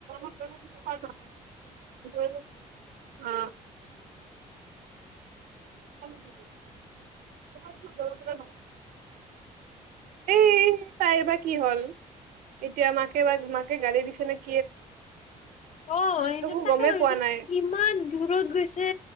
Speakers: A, on the right; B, on the left.
A: <inaudible> অ, <inaudible> অ। <unintelligible> <unintelligible> নাই এ, তাইৰ বা কি হ'ল। এতিয়া মাকে বা মাকে গালি দিছে নেক
B: অ', সেইটো
A: একো
B: তাকে
A: গমেই
B: ভাবিছো
A: পোৱা নাই
B: ইমান দূৰত গৈছে,